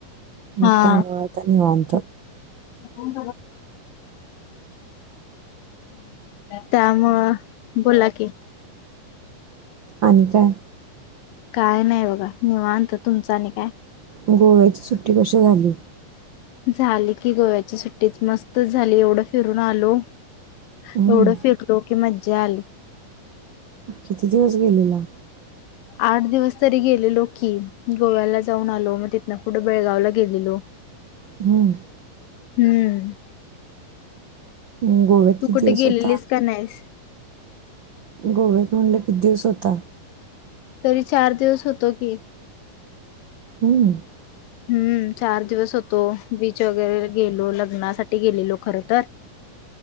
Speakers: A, on the right; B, on the left.
A: मग
B: हा
A: त्यामुळे नीवत
B: म् त्यामुळं बोला कि
A: आणि काय
B: काय नाही बघा निवांत तुमचा आणि काय
A: गोव्याची सुट्टी कशी झाली
B: झाली की गोव्याची सुट्टीच मस्त झाली एवढं फिरून आलो एवढं
A: हम्म.
B: फिरलो की मजज चाल
A: किती दिवस गेलेला.
B: आठ दिवस तरी गेलेलो की, गोव्याला जाऊन आलो मग तिथन पुढं बेळगावला गेलेलो.
A: हूं!
B: हूं!
A: हम्म, गोव्यात
B: तू
A: किती
B: कुठे
A: दिवस
B: गेलेलीस
A: होता
B: का नाहीस?
A: गोव्यात म्हणलं किती दिवस होता?
B: तरी चार दिवस होतो की.
A: <inaudible>
B: हूं चार दिवस होतो, बीच वगैरे गेलो लग्नासाठी गेलेलो खर तर